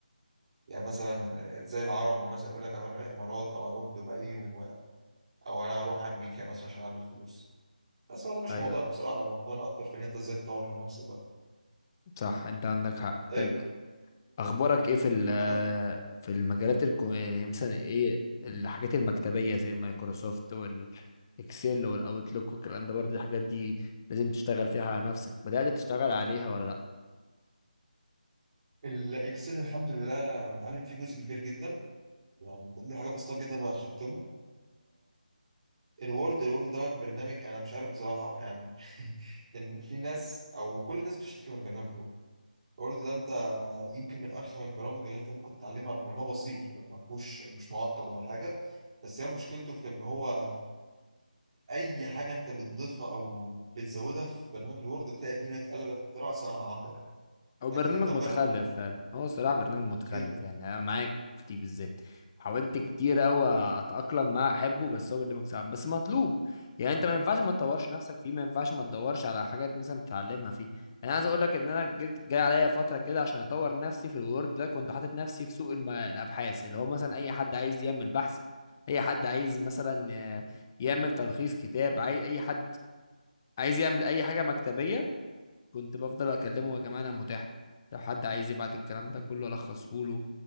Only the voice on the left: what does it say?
ايوه
صح انت عندك حق
طيب اخبارك ايه في ال-
في المجالات الكو... يعني مثلا ايه الحاجات المكتبيه زي مايكروسوفت والاكسل والاوتلوك والكلام ده برضه الحاجات دي لازم تشتغل فيها على نفسك بدأت تشتغل عليها ولا
او برنامج
متخلف
فعلا هو الصراحه برنامج متخلف
يعني انا معاك في دي بالذات حاولت كتير قوي اتاقلم معاه احبه بس هو برنامج صعب بس مطلوب يعني انت ما ينفعش ما تطورش نفسك فيه ما ينفعش ما تدورش على حاجات مثلا تتعلمها فيه يعني انا عايز اقول لك ان انا جيت جاي عليا فتره كده عشان اطور نفسي في الوورد ده كنت حاطط نفسي في سوق الم... الابحاث اللي هو مثلا اي حد عايز يعمل بحث اي حد عايز مثلا آه، يعمل تلخيص كتاب عايز اي حد عايز يعمل اي حاجه مكتبيه كنت بفضل اكلمه يا جماعه انا متاح لو حد عايز يبعت الكلام ده كله الخصه له